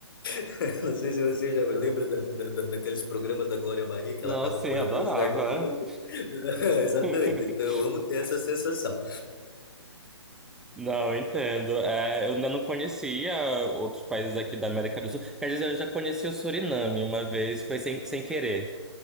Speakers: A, on the left (about 50°); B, in the centre.
A: <laughs> Não sei se você já lembra da, da- da- daqueles programas da Glória Maria, que
B: Não,
A: ela estava
B: sim,
A: por
B: adorava.
A: algum lugar do mundo. <laughs> Exatamente.
B: <laughs>
A: Então, eu amo ter essa sensação.
B: Não, eu entendo. É, eu ainda não conhecia outros países aqui da América do Sul. Quer dizer, eu já conheci o Suriname uma vez, foi sem, sem querer.